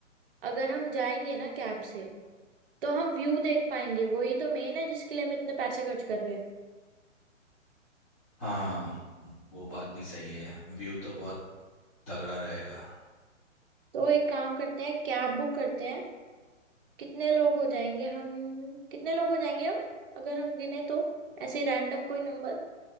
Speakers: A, on the right (about 45°); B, on the left (about 25°).
A: अगर हम जाएंगे ना कैब से तो हम व्यू देख पाएंगे वही तो मेन है जिसके लिए हम इतने पैसे खर्च कर रहे हैं
B: हाँ वो बात भी सही है व्यू तो बहुत तगड़ा रहेगा
A: तो एक काम करते हैं कैब बुक करते हैं कितने लोग हो जाएंगे हम कितने लोग हो जाएंगे हम अगर हम गिने तो ऐसे रैंडम कोई नंबर